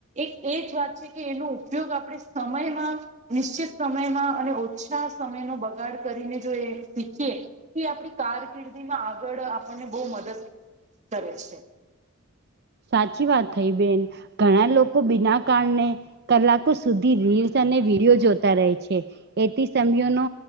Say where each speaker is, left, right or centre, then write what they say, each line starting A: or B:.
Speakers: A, on the right (about 35°); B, on the right (about 50°).
A: એક એ જ વાત છે કે એનો ઉપયોગ આપણે સમયમાં નિશ્ચિત સમયમાં અને ઓછા સમયનો બગાડ બગાડ કરીને જો એ શીખીએ એ આપણી કારકિર્દી માં આગળ આપણને બહુ મદદ કરે છે.
B: સાચી વાત થઈ બેન ઘણા લોકો બીના કારણે કલાકો સુધી રીલ્સ અને વિડીિયો જોતા રહે છે એથી સમયોનો